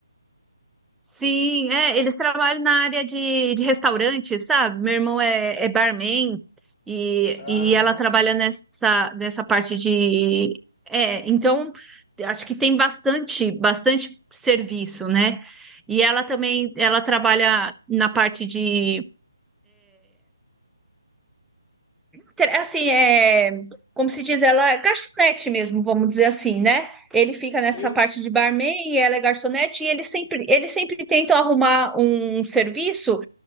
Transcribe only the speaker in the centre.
Sim, é, eles trabalham na área de, de restaurante, sabe? Meu irmão é, é barman e,
e ela
trabalha nessa, nessa parte de. É, então, acho que tem bastante, bastante serviço, né? E ela também, ela trabalha na parte de ter- assim, é, como se diz, ela é garçonete mesmo, vamos dizer assim, né? Ele fica
nessa parte de barman e ela é garçonete e eles sempre, eles sempre tentam arrumar um serviço